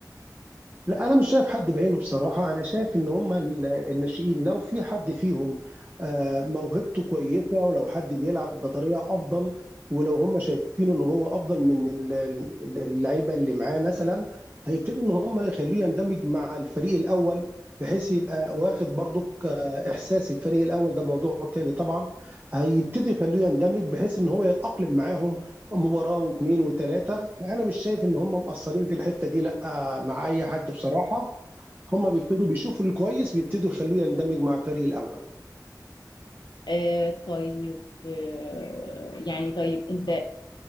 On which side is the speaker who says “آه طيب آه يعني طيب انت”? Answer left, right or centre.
Left